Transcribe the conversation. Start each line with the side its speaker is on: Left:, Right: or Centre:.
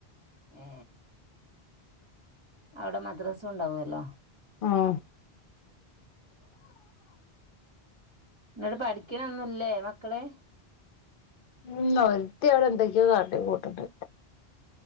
Right: ഏ അവിടെ മദ്രസ ഉണ്ടാവല്ലോ
Left: ഉം
Right: ന്നട്ട് പഠിക്കണ ഒന്നുല്ലേ മക്കള്
Left: ഉം ഒരിത്തി അവിടെ എന്തൊക്കെയോ കാണ്ടി കൂട്ടണ്ട്